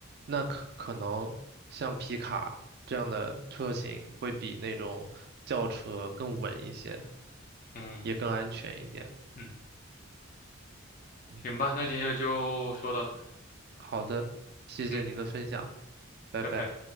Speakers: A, on the right; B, on the left.
A: 那可可能像皮卡这样的车型会比那种轿车更稳一些，
B: 嗯
A: 也更安全一点。
B: 嗯，
A: 嗯，
B: 行吧，那今天就说到这。
A: 好的，谢谢你的分享。
B: 嗯，
A: 拜拜。
B: 拜拜。